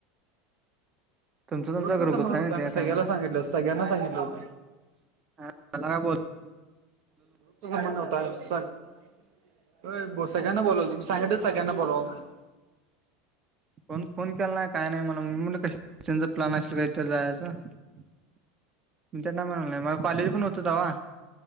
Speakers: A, on the right; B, on the right.
A: तुमच तुमचा
B: वृत्तचं
A: ग्रुप होत
B: म्हण
A: आहे
B: होतं
A: ना त्या
B: आम्ही सगळ्याला
A: टायमाला,
B: सांगितलं होतं सगळ्यांना सांगितलं होतं
A: <inaudible> तलागा बोलत
B: <unintelligible> होय ब सगळ्यांना बोलाव तुम् साहेच सगळ्यांना बोलावा म्हणून
A: कोण फोन केला नाही, काय नाही, मला मु कश त्यांचा प्लन असेल का इथ जायचा <inaudible> मी त्यांना म्हणा नाही मला कॉलेज पण होत तवा.